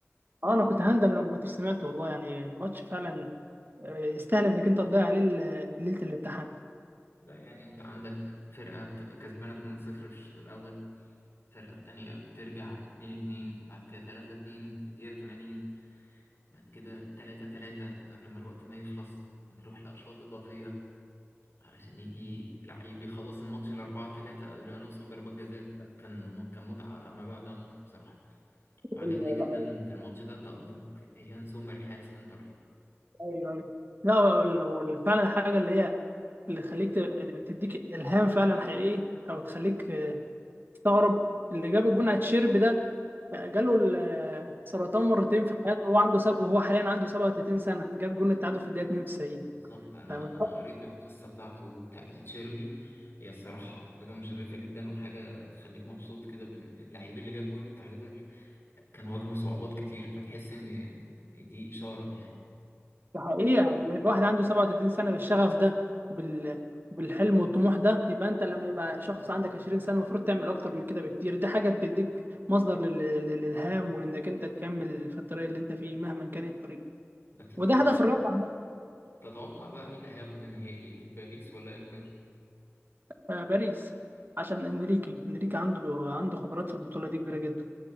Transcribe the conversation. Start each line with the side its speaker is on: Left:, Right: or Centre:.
Right: اه انا كنت هندم لو ما كنتش سمعت والله يعني الماتش فعلا آه، يستاهل انك انت تضيع عليه ال- ليله الامتحان
Left: لا يعني انت عندك فرقة بتبقى كسبانة 2-0 في الشوط الأول الفرقة التانية بترجع 2-2 بعد كده 3-2 في الدقيقة 80 بعد كده 3-3 قبل ما الوقت ما يخلص نروح لأشواط إضافية علشان يجي لعيب يخلص الماتش ل 4-3 قبل ما نوصل ضربات جزاء لا كان كان متعة ما بعدها متعة بصراحة وعجبني
Right: ال-
Left: جدا
Right: لا
Left: في الماتش ده تألق يان سومر حارس انتر
Right: ايوه ايوه لا وال- وال- فعلا الحاجه اللي هي اللي تخليك ت- تديك الهام فعلا حقيقي او تخليك آه، تستغرب اللي جاب الجون على تشيرب ده جاله السرطان مرتين في حياته وهو عنده سب... وهو حاليا عنده 37 سنه جاب جون التعادل في الدقيقه 92
Left: بالظبط انا
Right: فاهم؟
Left: انا قريت القصه بتاعته بتاعت اتشيربي هي الصراحه حاجه مشرفه جدا وحاجه تخليك مبسوط كده باللعيب اللي جاب جول التعادل كان واجهه صعوبات كتير فتحس ان إن دي اشاره يعني
Right: ده حقيقة لما يبقى واحد عنده 37 سنة بالشغف ده وبال... وبالحلم والطموح ده يبقى انت لما يبقى شخص عندك 20 سنة المفروض تعمل اكتر من كده بكتير دي حاجة بتديك مصدر لل... للالهام وانك انت تكمل في الطريق اللي انت فيه مهما كان الطريق
Left: بس تتوقع
Right: وده هدف الرابع
Left: تتوقع بقى مين اللي هياخد النهائي باريس ولا انتر
Right: آه، باريس عشان انريكي انريكي عنده عنده خبرات في البطولة دي كبيرة جدا